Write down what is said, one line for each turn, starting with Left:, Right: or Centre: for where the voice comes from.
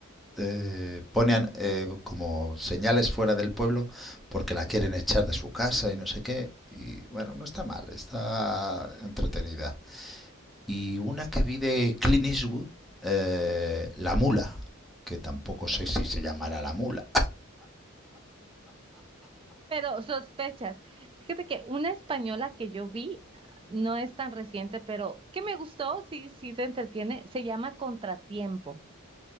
Centre: eh, pone an- eh, como señales fuera del pueblo porque la quieren echar de su casa y no sé qué. Y bueno, no está mal, está entretenida y una que vi de Clint Eastwood, eh, La Mula, que tampoco sé si se llamará La Mula.
Right: Pero sospechas. Fíjate que una española que yo vi, ah, no es tan reciente, pero que me gustó, sí, sí te entretiene, se llama Contratiempo,